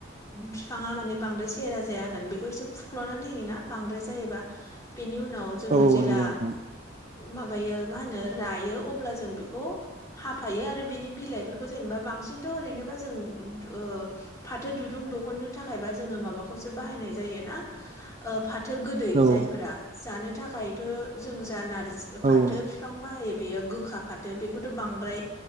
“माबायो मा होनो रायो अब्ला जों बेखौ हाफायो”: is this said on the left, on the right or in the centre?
Left